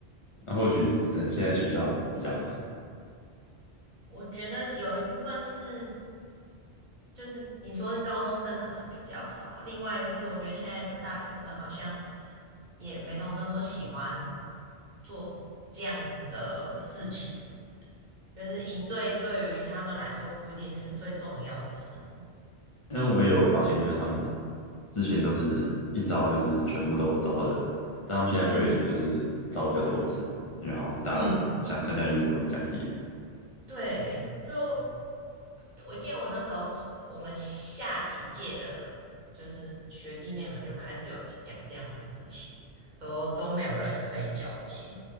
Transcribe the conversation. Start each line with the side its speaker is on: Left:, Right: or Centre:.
Left: 那或许嗯，现在取消还比较好，
Right: 我觉得有一部分是，就是你说高中生可能比较少，另外一个是我觉得现在的大学生好像也没有那么喜欢做这样子的事情，就是营队对于他们来说不一定是最重要的事。
Left: <laughs> 因为我也有发现，就是他们之前都是一招就是全部都招到人了，但他们现在会就是招比较多次，
Right: 嗯
Left: 因为好像大家想参加意愿都降低了。
Right: 嗯，对，就我记得我那时候我们下几届的，就是学弟妹们就开始有讲这样的事情，都都没有人可以交接，